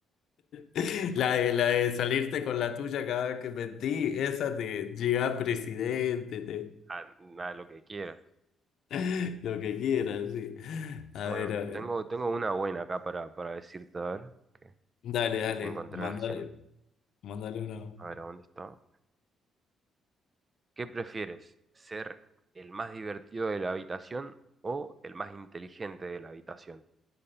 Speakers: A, on the left (about 75°); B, on the right (about 30°).
A: Sí. La de, la de salirte con la tuya cada vez que mentí, esa te llega a presidente, te,
B: a, a lo que quieras.
A: <laughs> lo que quieras, sí. A
B: Bueno,
A: ver, a ver.
B: tengo, tengo una buena acá para, para decirte, a ver, que
A: Dale, dale,
B: que encontré
A: mándale,
B: recién.
A: mándale uno.
B: A ver, ¿a dónde está? ¿Qué prefieres? ¿Ser el más divertido de la habitación o el más inteligente de la habitación?